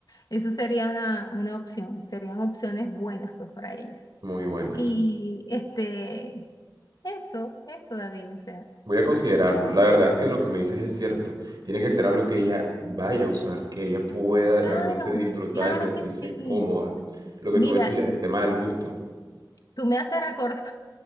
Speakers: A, on the left (about 55°); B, on the right (about 60°).
A: eso sería una, una opción, serían opciones buenas pues para ellas.
B: muy buenas.
A: Y este, eso, eso, David, o sea,
B: Voy a considerarlo. La verdad es que lo que me dices es cierto. Tiene que ser algo que ella vaya a usar, que ella pueda
A: claro,
B: realmente disfrutar
A: claro
B: y sentirse
A: que sí.
B: cómoda. Lo que
A: Mira,
B: tú decías, el tema del gusto.
A: tú me haces recordar,